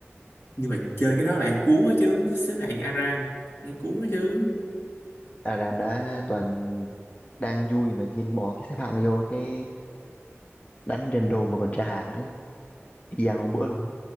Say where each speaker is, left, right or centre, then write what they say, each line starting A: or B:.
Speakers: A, on the left; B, on the left.
A: nhưng mà chơi cái đó lại cuốn á chứ xếp hạng Aram nghe cuốn á chứ
B: Aram đã toàn đang vui mà điên bỏ cái xếp hạng vô cái đánh rando mà còn tra hạt nữa y gian hôm bữa luôn á.